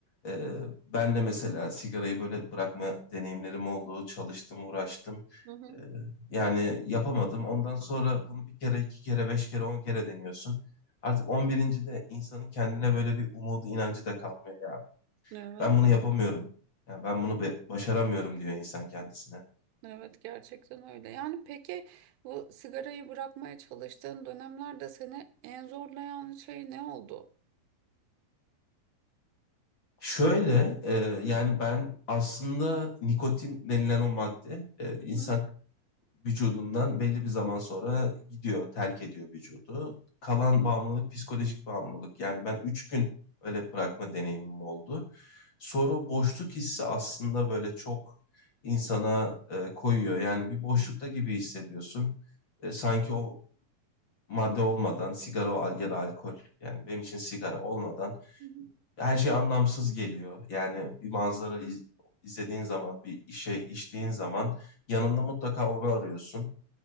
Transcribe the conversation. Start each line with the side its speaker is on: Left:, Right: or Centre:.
Left: e, ben de mesela sigarayı böyle bırakma deneyimlerim oldu, çalıştım, uğraştım.
Right: Hı hı.
Left: E, yani yapamadım. Ondan sonra bunu bir kere, iki kere, beş kere, on kere deniyorsun. Artık on birinci de insanın kendine böyle bir umudu, inancı da kalmıyor ya.
Right: Evet,
Left: Ben bunu yapamıyorum. Ya ben bunu be- başaramıyorum diyor insan kendisine.
Right: evet gerçekten öyle. Yani peki bu sigarayı bırakmaya çalıştığın dönemlerde seni en zorlayan şey ne oldu?
Left: Şöyle e, yani ben aslında nikotin denilen o madde e, insan
Right: Hı hı.
Left: vücudundan belli bir zaman sonra gidiyor, terk ediyor vücudu. Kalan bağımlılık psikolojik bağımlılık. Yani ben üç gün öyle bırakma deneyimim oldu. Sonra o boşluk hissi aslında böyle çok insana e, koyuyor. Yani bir boşlukta gibi hissediyorsun. E, sanki o madde olmadan sigara ya da alkol yani benim için sigara olmadan
Right: Hı hı.
Left: her şey anlamsız geliyor. Yani bir manzara iz- izlediğin zaman bir işe içtiğin zaman yanında mutlaka onu arıyorsun.